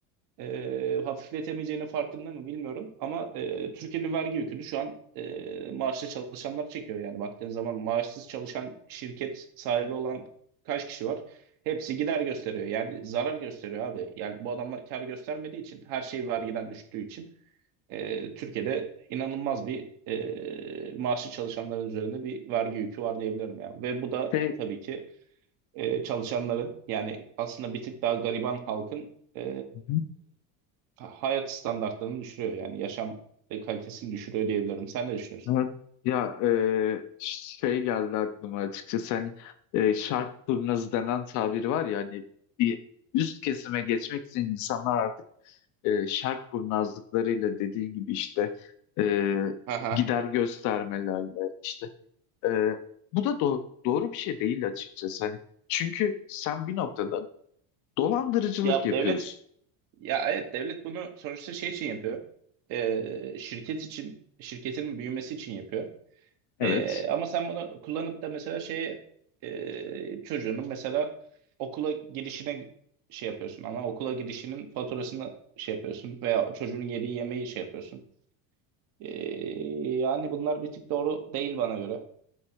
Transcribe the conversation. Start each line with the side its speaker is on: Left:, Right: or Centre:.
Right: e, hafifletemeyeceğinin farkında mı bilmiyorum ama e, Türkiye'nin vergi yükünü şu an e, maaşlı çalışanlar çekiyor yani baktığın zaman maaşsız çalışan şirket sahibi olan kaç kişi var? Hepsi gider gösteriyor yani zarar gösteriyor abi yani bu adamlar kar göstermediği için her şey vergiden düştüğü için e, Türkiye'de inanılmaz bir e, maaşlı çalışanların üzerinde bir vergi yükü var diyebilirim ya ve bu da
Left: Şey,
Right: tabii ki e, çalışanların yani aslında bir tık daha gariban halkın e,
Left: Hı hı.
Right: hayat standartlarını düşürüyor. Yani yaşam e, kalitesini düşürüyor diyebilirim. Sen ne düşünüyorsun?
Left: Evet. Ya e, şey geldi aklıma açıkçası hani e, şark turnazı denen tabiri var ya hani bir üst kesime geçmek için insanlar artık e, şark kurnazlıklarıyla dediği gibi işte e,
Right: Aha.
Left: gider göstermelerle işte Ee, bu da do- doğru bir şey değil açıkçası. Hani çünkü sen bir noktada dolandırıcılık
Right: Ya
Left: yapıyorsun.
Right: devlet ya evet devlet bunu sonuçta şey için yapıyor. E, şirket için şirketin büyümesi için yapıyor.
Left: Evet.
Right: E, ama sen bunu kullanıp da mesela şey e, çocuğunun mesela okula girişine şey yapıyorsun. Ana okula girişinin faturasını şey yapıyorsun veya çocuğun yediği yemeği şey yapıyorsun. Ee, yani bunlar bir tık doğru değil bana göre.